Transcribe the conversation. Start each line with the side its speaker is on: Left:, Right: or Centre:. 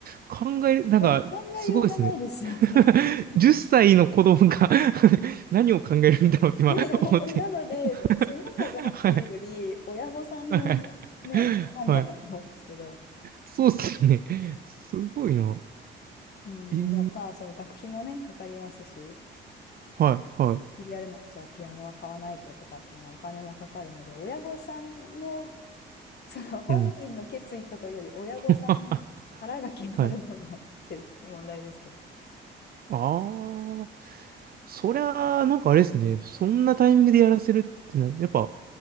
Right: 考える。なんか、
Left: もう考えようがないですよね。
Right: すごいですね。<laughs>
Left: <laughs>
Right: 10歳の子供が <laughs> 何を考えるんだろうって今思って。
Left: ね、ほなので、その子がっていうより、
Right: <laughs> はい。
Left: 親御さんの、
Right: はい。
Left: ね、判断だと思うんですけど、
Right: はい。そうっすよね。
Left: うん、
Right: すごいな。
Left: うんまあ、
Right: えー、
Left: まあ、その学費もね、かかりますし、
Right: はい、はい。
Left: やるならじゃあピアノは買わないととかって、まあ、お金もかかるので、親御さんのその本人の決意とかより親御さんの腹が決まるのがっていう問題ですけど。
Right: うん。<laughs> はい。ああ、そりゃあ、なんかあれですね。そんなタイミングでやらせるってなる。やっぱ、